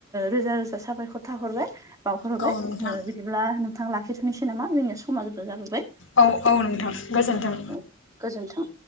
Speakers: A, on the right (about 20°); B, on the left (about 75°).
A: रोजा- रोजा साबायखर थाहरबाय। बावहरोबाय
B: औ नोंथां
A: बिदिब्ला नोंथां लाखिथ'नोसै नामा जोंनिया समाबो जाबोबाय।
B: औ औ नोंथां गोजोन्थों।
A: औ गोजोन्थों।